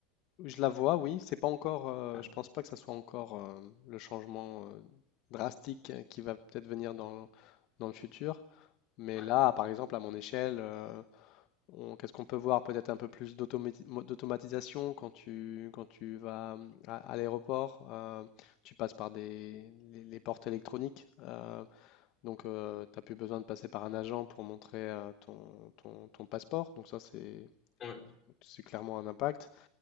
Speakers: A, on the left; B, on the left.
A: je la vois, oui. C'est pas encore, euh,
B: Ouais,
A: je pense pas que ça soit encore euh, le changement euh, drastique euh, qui va peut-être venir dans, dans le futur. Mais
B: ouais,
A: là, par exemple, à mon échelle, euh, on- qu'est-ce qu'on peut voir? Peut-être un peu plus d'automati- mo- d'automatisation quand tu, quand tu vas hum, à, à l'aéroport. euh, tu passes par des, les, les portes électroniques. euh, donc, tu n'as plus besoin de passer par un agent pour montrer euh, ton, ton, ton passeport. Donc, ça, c'est
B: ouais,
A: c'est clairement un impact.